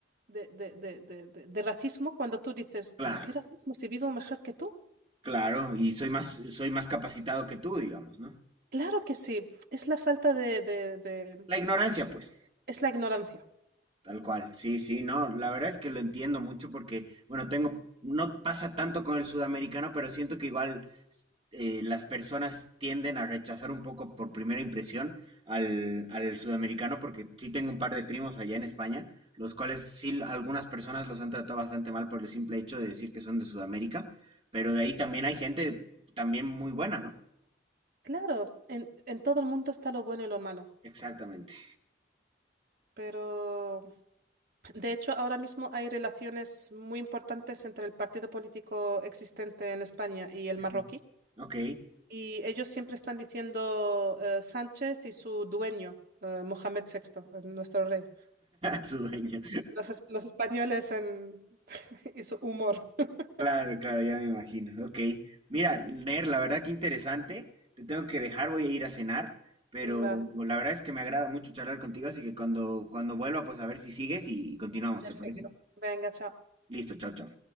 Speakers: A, on the right (about 55°); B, on the right (about 35°).
A: de, de de- de- de- de racismo cuando tú dices,
B: claro,
A: pero ¿qué racismo si vivo mejor que tú?
B: claro, y soy más, soy más capacitado que tú, digamos, ¿no?
A: Claro que sí, es la falta de, de- de-
B: La ignorancia, pues,
A: es la ignorancia.
B: tal cual, sí, sí, no, la verdad es que lo entiendo mucho porque, bueno, tengo, no pasa tanto con el sudamericano, pero siento que igual eh, las personas tienden a rechazar un poco por primera impresión al, al sudamericano, porque sí tengo un par de primos allá en España, los cuales sí algunas personas los han tratado bastante mal por el simple hecho de decir que son de Sudamérica, pero de ahí también hay gente también muy buena, ¿no?
A: Claro, en, en todo el mundo está lo bueno y lo malo,
B: Exactamente.
A: pero de hecho ahora mismo hay relaciones muy importantes entre el partido político existente en España y el
B: Ujú.
A: marroquí,
B: Ok.
A: y ellos siempre están diciendo eh, Sánchez y su dueño, eh, Mohamed VI, eh, nuestro rey.
B: <laughs> Su dueño.
A: Los, es- los españoles en... <laughs> y su humor. <laughs>
B: Claro, claro, ya me imagino. Ok. Mira, Ner, la verdad que interesante. Te tengo que dejar, voy a ir a cenar, pero
A: Vale,
B: la verdad es que me agrada mucho charlar contigo, así que cuando, cuando vuelva, pues a ver si sigues y, y continuamos,
A: perfecto.
B: ¿te parece?
A: Venga, chao.
B: Listo, chao, chao.